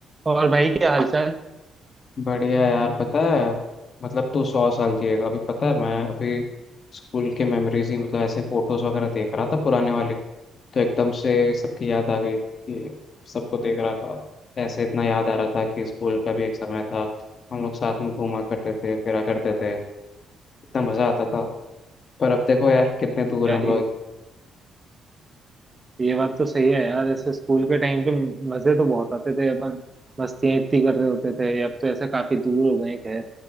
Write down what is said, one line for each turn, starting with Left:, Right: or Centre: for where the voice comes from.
Right: और भाई क्या हालचाल
Left: बढ़िया यार पता है मतलब तू सौ साल जिएगा अभी पता है मैं अभी स्कूल के मेमोरीज ही मतलब ऐसे फोटोज वगैरह देख रहा था पुराने वाले तो एकदम से सबकी याद आ गई कि सबको देख रहा था ऐसे इतना याद आ रहा था कि स्कूल का भी एक समय था हम लोग साथ में घूमा करते थे फिरा करते थे इतना मज़ा आता था पर अब देखो यार कितने दूर
Right: यार
Left: हैं हम लोग
Right: ये ये बात तो सही है यार ऐसे स्कूल के टाइम पे मजे तो बहुत आते थे अपन मस्तियां इतनी कर रहे होते थे अब तो ऐसे काफी दूर हो गए हैं खैर